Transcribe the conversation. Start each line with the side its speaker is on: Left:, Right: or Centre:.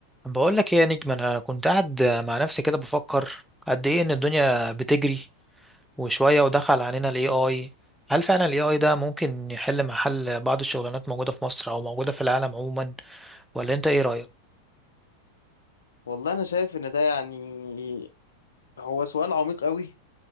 Centre: بقول لك ايه يا نجم انا كنت قاعد مع نفسي كده بفكر قد ايه ان الدنيا بتجري وشويه ودخل علينا الاي اي هل فعلا الاي اي ده ممكن يحل محل بعض الشغلانات موجوده في مصر او موجوده في العالم عموما ولا انت ايه رايك
Left: والله انا شايف ان ده يعني هو سؤال عميق قوي